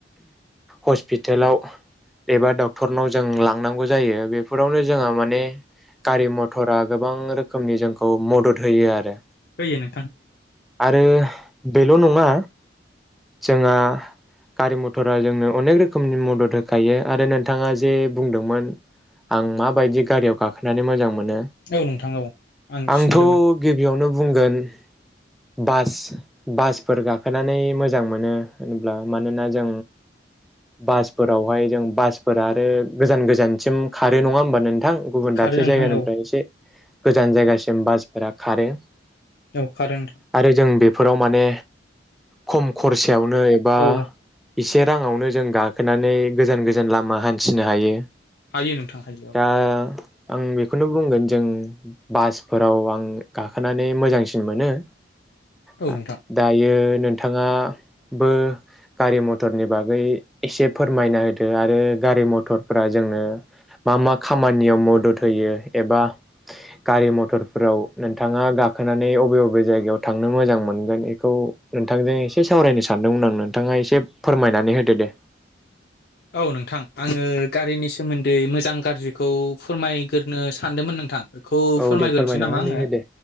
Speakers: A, in the centre; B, on the left (about 55°).
A: हसपिटालाव एबा डक्टरनाव जों लांनांगौ जायो बेफोरावनो जोंहा माने गारि मथरा गोबां रोखोमनि जोंखौ मदद होयो आरो
B: होयोनो
A: आरो बेल नंङा जोंहा गारि मथरा जोंनो अनेक रोखोमनि मदद होखायो आरो नोंथाङा जे बुंदोंमोन आं माबायदि गारियाव गाखोनानै मोजां मोन नो
B: औ नोंथां औ आं
A: आंथ
B: सोंदोंमोन
A: गिबियावनो बुंगोन बास बासफोर गाखोनानै मोजां मोनो होनब्ला मानोना जों बासफोरावहाय जों बासफोरा आरो गोजान गोजानसिम खारो नङा हबा नोंथां? गुबुन
B: खारो
A: दाबसे
B: नोंथां
A: जायगानिफ्राय
B: औ
A: एसे गोजान जायगासिम बासफोरा खारो
B: एवखारो
A: आरो जों बेफोराव माने खम खरसायावनो एबा
B: औ
A: एसे राङावनो जों गाखोनानै गोजान गोजान लामा हान्थिनो हायो
B: हायो नोंथां हायो औ
A: दा आं बेख बेखौनो बुंगोन जों बासफोराव आं गाखोनानै मोजांसिन मोनो
B: औ
A: आ
B: नोंथां
A: दायो नोंथाङा बो गारि मथरनि बागै एसे फोरमायना होदो आरो गारि मटरफ्रा जोंनो मा मा खामानियाव मदद होयो एबा गारि मथरफोराव नोंथाङा गाखोनानै अबे अबे जायगायाव थांनो मोजां मोनगोन बेखौ नोंथांजों एसे सावरायनो सानदोंमोन आं नोंथाङा एसे फोरमायनानै होदो दे
B: औ नोंथां आङो गारिनि सोमोन्दै मोजां गाज्रिखौ फोरमायग्रोनो सानदोंमोन नोंथां बे खौ
A: औ
B: फोरमायग्रोनोसै
A: दे फोरमायनानै
B: नामा आङो
A: हो दे